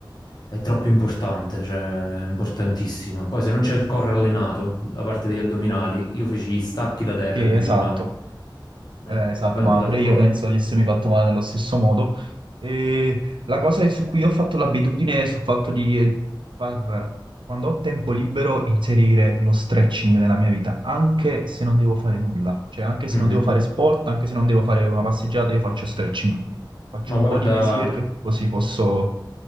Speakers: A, on the left; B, on the right.
A: è troppo importante, cioè è importantissima. Poi se non c'è il core allenato, la parte degli addominali, io feci gli stacchi da terra
B: Sì,
A: e mi
B: esatto.
A: feci male.
B: Eh,
A: Eh,
B: esatto,
A: dipende
B: ma
A: dal
B: pure
A: core.
B: io penso di essermi fatto male nello stesso modo. E la cosa è su cui ho fatto l'abitudine è sul fatto di far, quando ho tempo libero, inserire lo stretching nella mia vita, anche se non devo fare nulla. Cioè, anche se
A: Mhm.
B: non devo fare sport, anche se non devo fare una passeggiata, io faccio stretching. Faccio
A: Ma
B: un
A: guarda,
B: po' di mesier, così posso